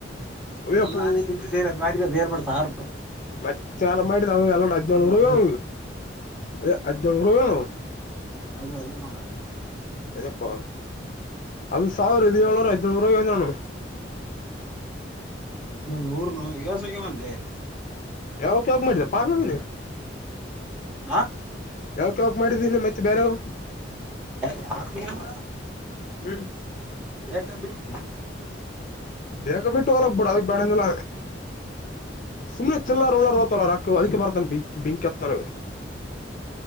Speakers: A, on the left (about 45°); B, in the centre.
A: ಅಯ್ಯಪ್ಪೋ
B: ಅಲ್ಲ ನಾನ್ ಇಬ್ರು ಸೇರಿ ಅದು ಮಾಡ ರ್ ಮಾಡ ಸಾವಿರ ರೂಪಾಯಿ
A: ಮತ್ತೆನಾರ ಮಾಡಿದ ಎಲ್ಲಡು ಹದಿನೇಳು
B: ಅದು ಅದು
A: ಹ ಅದೇ ಹದ್ನೇಳು
B: ಅದು ಅದೇ ನೋಡೋಣ
A: ಎದೆಪ್ಪಾ ಅದು ಸಾವಿರ ಇ ಏಳ್ಳೂರ ಐನೂರು ರೂಯಿಂದಾನು
B: ಹದಿನೇಳು ನೂರುನು ಯಸಯ್ಯವ ಅ
A: ಯಾವಕ್ ಯಾವಕ್ ಮಾಡಿದಪ್ಪಾಂಗಿನಿ
B: ಹಾ
A: ಯಾವಕ್ ಯಾವಕ್ ಮಾಡಿದೀನ ಮತ್ತೆ ಬೇರೆವ್
B: ಯ ಯ ಪಿಯಂಗ
A: ಹ್ಮ
B: ಯ ಬಿಡ್
A: ಬೇಕ ಬಿಟ್ಟು ಹೊಲಕ್ ಬಿಡ ಅದಕ್ ಬ್ಯಾಡಿಂದಲ ಸುಮ್ಮನೆ ಚಲ್ಲ ಉ ತಲ್ಲ ರಕ್ಕ ಅದಕ್ಕೆ ಬರ್ತಾನ ಬಿಂ ಬಿಂತ್ನ <inaudible>